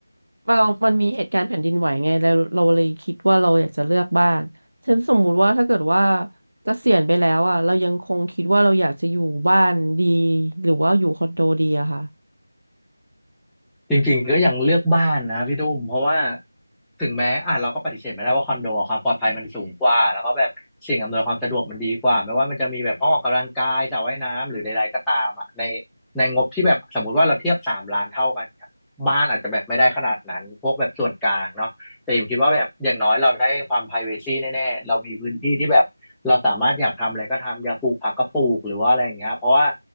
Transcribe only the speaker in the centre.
จริงๆก็ยังเลือกบ้านนะพี่ดุ้มเพราะว่าถึงแม้อ่ะเราก็ปฏิเสธไม่ได้ว่าคอนโดความปลอดภัยมันสูงกว่าแล้วก็แบบสิ่งอำนวยความสะดวกมันดีกว่าไม่ว่ามันจะมีแบบห้องออกกำลังกายสระว่ายน้ำหรือใดๆก็ตามอ่ะในในงบที่แบบสมมติว่าเราเทียบสามล้านเท่ากันเนี่ยบ้านอาจจะแบบไม่ได้ขนาดนั้นพวกแบบส่วนกลางเนาะ แต่อมคิดว่าแบบอย่างน้อยเราได้ความ privacy แน่ๆเรามีพื้นที่ที่แบบเราสามารถอยากทำอะไรก็ทำอยากปลูกผักก็ปลูกหรือว่าอะไรอย่างเงี้ยเพราะว่า